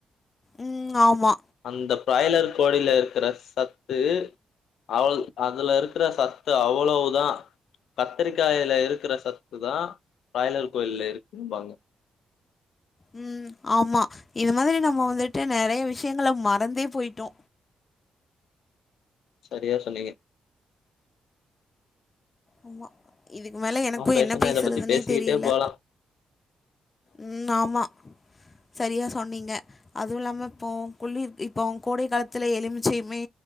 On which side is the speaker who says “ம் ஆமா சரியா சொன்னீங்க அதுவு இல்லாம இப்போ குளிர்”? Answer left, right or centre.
Left